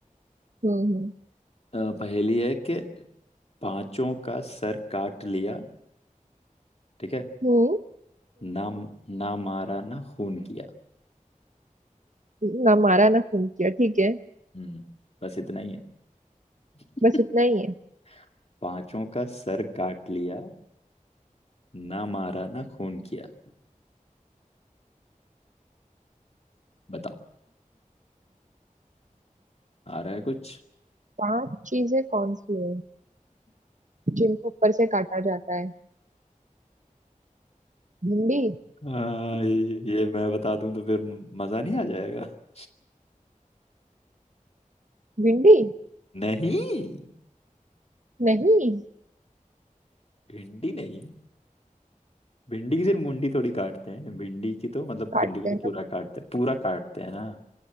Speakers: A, on the right; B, on the left.
A: हम्म हम्म
B: अ, पहेली है कि पांचों का सर काट लिया ठीक है
A: हम्म
B: ना ना मारा ना खून किया
A: हम्म, ना मारा ना खून किया ठीक है
B: हम्म बस इतना ही है <laughs>
A: बस इतना ही है
B: पांचों का सर काट लिया ना मारा ना खून किया बताओ आ रहा है कुछ
A: पांच चीजें कौन सी है जिनको ऊपर से काटा जाता है भिंडी
B: हाँ, ये ये मैं बता दूं तो फिर म- मजा नहीं आ जाएगा
A: भिंडी
B: नहीं
A: नहीं
B: भिंडी नहीं भिंडी की सिर्फ मुंडी थोड़ी काटते हैं भिंडी की तो मतलब
A: काटते
B: भिंडी को तो
A: हैं
B: पूरा
A: ना
B: काटते हैं पूरा काटते हैं ना